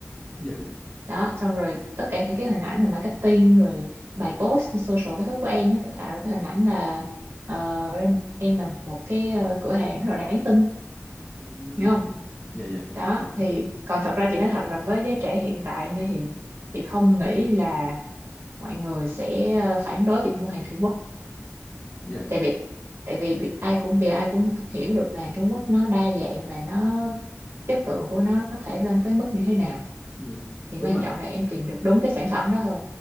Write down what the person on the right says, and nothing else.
đó xong rồi tất cả những cái hình ảnh rồi marketing rồi bài post trên social cái thứ của em nó phải tạo ra cái hình ảnh là ờ, em là một cái ờ, cửa hàng rất là đáng tin
hiểu không
đó thì còn thật ra chị nói thật là với giới trẻ hiện tại như hiện chị không nghĩ là mọi người sẽ ờ, phản đối việc mua hàng Trung Quốc
tại
vì tại vì bị- ai cũng bìa ai cũng hiểu được là Trung Quốc nó đa dạng và nó chất lượng của nó có thể lên tới mức như thế nào
thì
quan
trọng là em tìm được đúng cái sản phẩm đó thôi